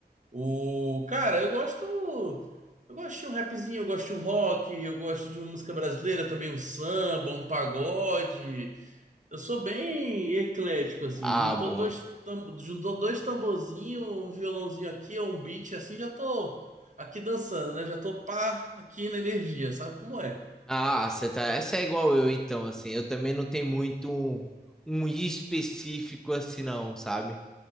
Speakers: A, on the right (about 45°); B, in the centre.
A: O cara, eu gosto, eu gosto de um rapzinho, eu gosto de um rock, eu gosto de uma música brasileira também, um samba, um pagode. Eu sou bem eclético assim,
B: Ah,
A: juntou
B: boa.
A: dois, tam- juntou dois tamborzinhos, um violãozinho aqui, um beat assim, já tô aqui dançando, né? Já tô pá, aqui na energia, sabe como é?
B: Ah, você tá. Essa é igual eu, então, assim. Eu também não tenho muito um, um específico assim, não, sabe?